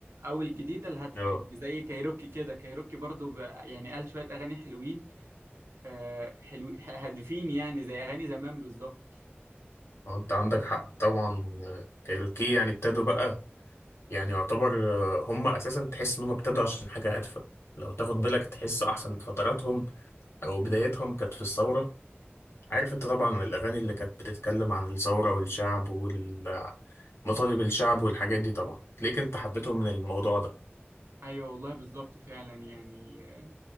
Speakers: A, on the right (about 80°); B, on the left (about 80°).
A: أو الجديدة الهادفة
B: اه
A: يعني زي كايروكي كده كايروكي برضو ب- يعني قال شوية أغاني حلوين آه، حلو هادفين يعني زي أغاني زمان بالظبط
B: اه انت عندك حق طبعا آه، كايروكي يعني ابتدوا بقى يعني يعتبر آه، هم اساسا تحس ان هم ابتدوا عشان حاجه هادفه لو تاخد بالك تحس احسن فتراتهم او بدايتهم كانت في الثوره عارف انت طبعا الاغاني اللي كانت بتتكلم عن الثوره والشعب والمطالب الشعب والحاجات دي طبعا تلاقيك انت حبيتهم من الموضوع ده
A: ايوه والله بالظبط فعلا يعني آه،